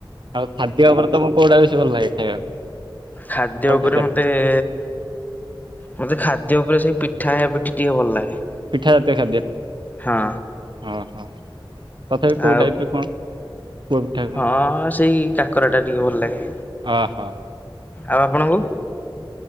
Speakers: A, on the right (about 60°); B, on the left (about 20°).
A: ଆଉ ଖାଦ୍ୟ ଉପରେ ତମକୁ କୋଉଟା ବେଶୀ ଭଲ ଲାଗେ ଖାଇବାକୁ?
B: ଖାଦ୍ୟ
A: କୋଉ
B: ଉପରେ
A: ଖାଦ୍ୟଟା?
B: ମତେ ଏ ମୋତେ ଖାଦ୍ୟ ଉପରେ ସେଇ ପିଠା ହେବ ପିଠି ଟିକେ ଭଲ ଲାଗେ।
A: ପିଠା ଜାତୀୟ ଖାଦ୍ୟ ଅ
B: ହଁ
A: ହ ତଥାପି କୋଉ
B: ଆଉ
A: ଟାଇପର କଣ? କୋଉ ପିଠା କଣ?
B: ହଁ ସେଇ କାକରା ଟା ଟିକେ ଭଲ ଲାଗେ।
A: ଓହୋ
B: ଆଉ ଆପଣଙ୍କୁ?